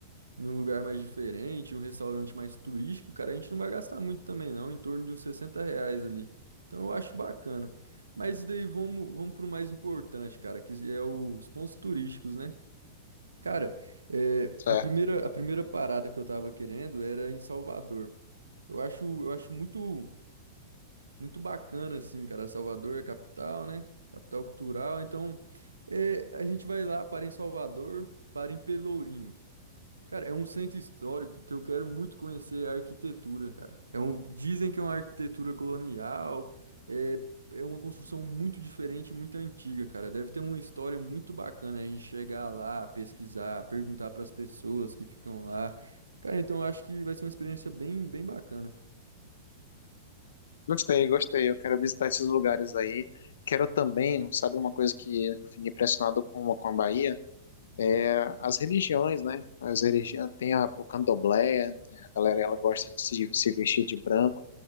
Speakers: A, on the right; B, on the left.
A: em um lugar mais diferente, um restaurante mais turístico, cara, a gente não vai gastar muito também, não, em torno de uns 60 reais ali. Então eu acho bacana. Mas daí vamos, vamos pro mais importante, cara, que é os pontos turísticos, né? Cara, é,
B: Certo.
A: a primeira, a primeira parada que eu tava querendo era em Salvador. Eu acho, eu acho muito muito bacana, assim, cara. Salvador é a capital, né? Capital cultural. Então, é, a gente vai lá, para em Salvador, para em Pelourinho. Cara, é um centro histórico que eu quero muito conhecer a arquitetura, cara. É um, dizem que é uma arquitetura colonial, é, é uma construção muito diferente, muito antiga, cara. Deve ter uma história muito bacana a gente chegar lá, pesquisar, perguntar para as pessoas que ficam lá. Cara, então eu acho que vai ser uma experiência bem, bem bacana.
B: Gostei, gostei. Eu quero visitar esses lugares aí. Quero também, sabe, uma coisa que eu fiquei impressionado com, com a Bahia é as religiões, né? As religiões, tem a, o candomblé, né? a galera ela gosta de se, se vestir de branco.